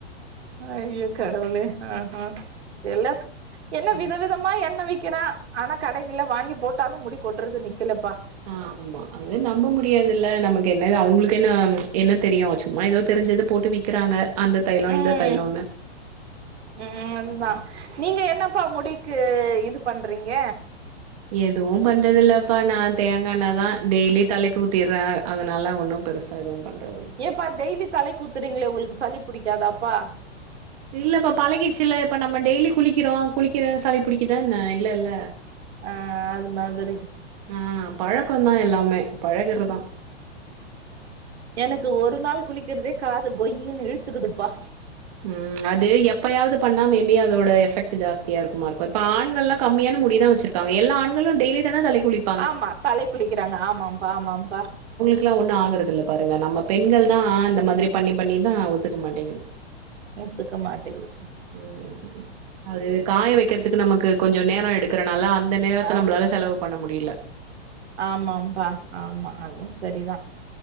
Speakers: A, on the right (about 75°); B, on the right (about 35°).
A: ஐயோ கடவுளே ஆ ஆ எல்லாத் என்ன
B: ம்
A: வித விதமா எண்ணெ விக்கிறா ஆனாக் கடைங்கில்ல வாங்கிப் போட்டாலும் முடி கொட்றது நிக்கிலப்பா
B: ஆ ஆமா அது நம்ப முடியாதில்ல நமக்கு என்னது அவுங்ளுக்கு என்ன என்னத் தெரியு சும்மா எதோ தெரிஞ்சதப் போட்டு விக் கிறாங்க அந்தத் தைலோ
A: ம்
B: இந்தத் தைலோன்னு
A: ம் அதுதா நீங்க என்னப்பா முடிக்கு இதுப் பண்றீங்க
B: எதுவும் பண்றதில்லப்பா நா தேங்காண்ணதா டெய்லி தலைக்கு ஊத்திர்றே அதனால ஒன்னும் பெருசு சா எதுவும் பண்றதில்
A: எப்பா டெய்லி தலைக்கு ஊத்துறீங்ளே ஒங்குளுக்கு சளிப் புடிக்காதாப்பா
B: இல்லப்பா பழகிருச்சில்ல இப்ப நம்ம டெய்லி குளிக்கிறோ குளிக்கிறத சளிப் புடிக்குதா என்ன இல்லல்ல
A: ஆ அது மாதிரி
B: ஆ பழக்கந்தா எல்லாமே பழகுறதா
A: எனக்கு ஒரு நாள் குளிக்கிறதே காது கொய்யீன்னு இழுத்துகுதுப்பா
B: ம் அது எப்பயாவுது பண்ணா மேபி அதோட எஃபெக்ட்டு ஜாஸ்தியாருக்குமாருக்கு இப்ப ஆண்கள்லா கம்மியான முடிதா வெச்சிருக் காங்க எல்லா ஆண்களு டெய்லிதான தலைக்குளிப்
A: ஆமா தலைக் குளிக்கிறாங்க ஆமாம்ப்பா ஆமாம்ப்பா
B: க்லா ஒன்னு ஆகறதில்லப் பாருங்க நம்மப் பெண்கள்தா இந்த மாதிரிப் பண்ணிப் பண்ணிதா ஒத்துக்க மாட்டேங்கிது
A: முத்துக்க மாட்டேகுது
B: ம் அவுரு காய வெக்கிறத் துக்கு நமக்கு கொஞ்சோ நேரோ எடுக்கறனால அந்த நேரத்த
A: ஆ
B: நம்ளால செலவு பண்ண முடில
A: ஆமாம்பா ஆமா அதுவு செரிதா